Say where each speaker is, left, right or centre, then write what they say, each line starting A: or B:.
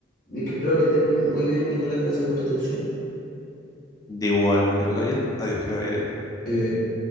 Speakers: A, on the left; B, on the left.
A: Y que espero que estés mu- muy bien, Nicolás. Gracias por tu atención.
B: De igual manera, caballero. Adiós, que le vaya bien.
A: Eh,